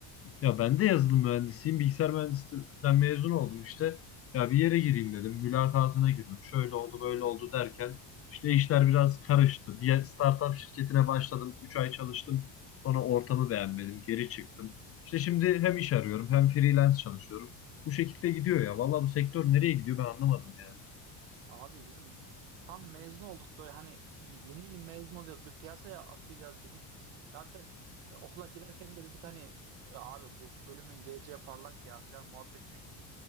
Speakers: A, on the left (about 30°); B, on the right (about 80°).
A: Ya ben de yazılım mühendisiyim. Bilgisayar mühendisliğinden mezun oldum işte. Ya bir yere gireyim dedim. Mülakatına girdim. Şöyle oldu böyle oldu derken işte işler biraz karıştı. Bir startup şirketine başladım. üç ay çalıştım. Sonra ortamı beğenmedim. Geri çıktım. İşte şimdi hem iş arıyorum hem freelance çalışıyorum. Bu şekilde gidiyor ya. Vallahi bu sektör nereye gidiyor ben anlamadım yani.
B: Abi bizim tam mezun olduk böyle hani yeni yeni mezun oluyoruz bir piyasaya atlayacağız dedik. Zaten e, okula girerken de dedik hani "E, abi bu bölümün geleceği parlak ya filan muhabbetine